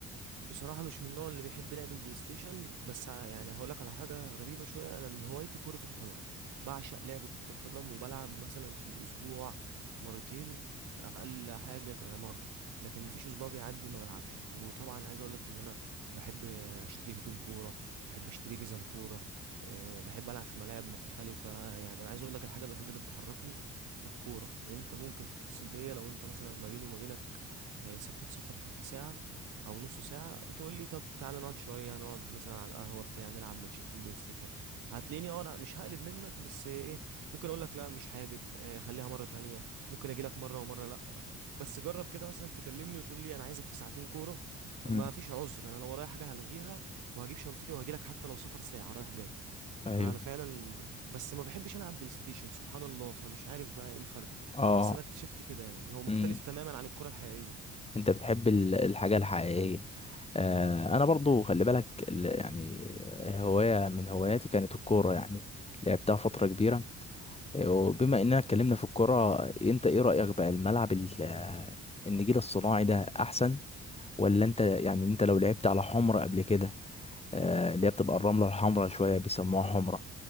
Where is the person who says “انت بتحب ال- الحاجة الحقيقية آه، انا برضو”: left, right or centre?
Left